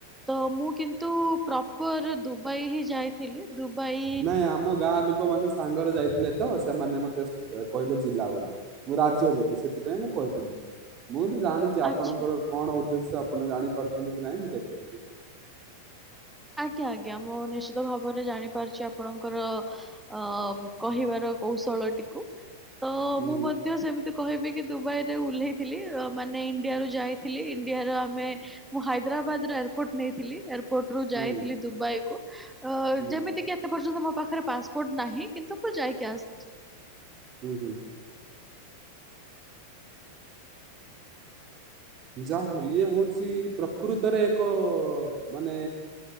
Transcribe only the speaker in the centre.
ତ ମୁଁ କିନ୍ତୁ ପ୍ରପର ଦୁବାଇ ହିଁ ଯାଇଥିଲି। ଦୁବାଇ
ଆଚ୍ଛା।
ଆଜ୍ଞା ଆଜ୍ଞା। ମୁଁ ନିଶ୍ଚିତ ଭାବରେ ଜାଣିପାରୁଛି ଆପ ଆପଣଙ୍କର ଅ କହିବାର କୌଶଳଟିକୁ ତ
ମୁଁ
ମଧ୍ୟ ସେମିତି କହିବି କି ଦୁବାଇରେ ଓହ୍ଲେଇଥିଲି, ଅ ମାନେ ଇଣ୍ଡିଆରୁ ଯାଇଥିଲି ଇଣ୍ଡିଆର ଆମେ, ମୁଁ ହାଇଦ୍ରାବାଦ ଏୟାରପୋର୍ଟ ନେଇଥିଲି ଏୟାରପୋର୍ଟ
ଯାଇଥିଲି ଦୁବାଇକୁ, ଅ
ଯେମିତି କି ଏତେ ପର୍ଯ୍ୟନ୍ତ ମୋ ମୋ ପାଖରେ ପାସପୋର୍ଟ ନାହିଁ, କିନ୍ତୁ ମୁଁ ଯାଇକି ଆସଛି।